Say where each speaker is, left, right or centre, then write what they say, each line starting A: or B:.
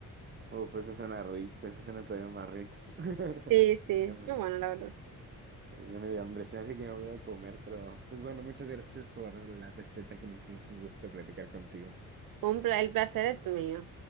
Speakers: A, on the right; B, on the right.
A: uf, eso suena rico, eso suena todavía más rico, <laughs>
B: Sí, sí,
A: ya me,
B: no, bueno, la verdad.
A: sí, ya me dio hambre, se me hace que me voy a ir a comer, pero pues bueno, muchas gracias por la receta, que Genesis, un gusto platicar contigo.
B: Un pla- el placer es mío.